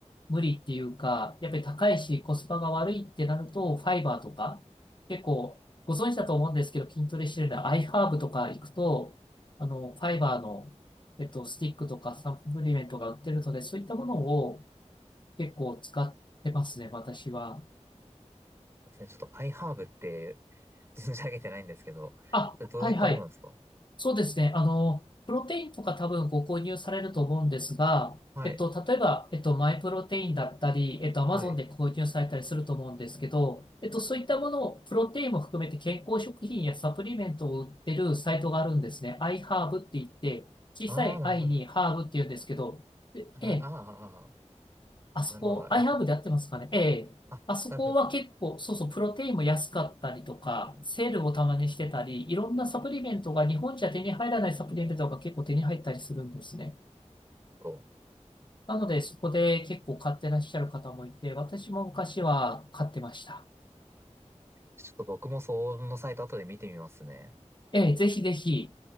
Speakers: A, on the left; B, on the right.
A: 無理っていうか、やっぱり高いし、コスパが悪いってなると、ファイバーとか、結構、ご存知だと思うんですけど、筋トレしてるのは、アイハーブとか行くと、あの、ファイバーの、えっと、スティックとかサプリメントが売ってるので、そういったものを結構使ってますね、私は。
B: すいませんちょっとアイハーブって存じ上げてないんですけど、
A: あ、
B: それどういったものなんですか
A: はいはい。そうですね。あの、プロテインとか多分ご購入されると思うんですが、
B: はい。
A: えっと、例えば、えっと、マイプロテインだったり、えっと、アマゾンで購入されたりすると思うんですけど、
B: はい。
A: えっと、そういったものを、プロテインも含めて健康食品やサプリメントを売ってるサイトがあるんですね。iHerb って言って、小さい
B: ああ、なるほど。
A: i にハーブって言うんですけど、
B: あ
A: でええ、
B: あ、な、あーあー、あ
A: あそこ、
B: ーなるほど、あれか。
A: アイハーブでやってますかねええ。
B: あ、
A: あそこは結構、
B: 多く
A: そうそう、プロテインも安かったりとか、セールをたまにしてたり、いろんなサプリメントが日本じゃ手に入らないサプリメントが結構手に入ったりするんですね。
B: そう。
A: なので、そこで結構買ってらっしゃる方もいて、私も昔は買ってました。
B: ちょっと僕もそのサイト後で見てみますね。
A: ええ、ぜひぜひ。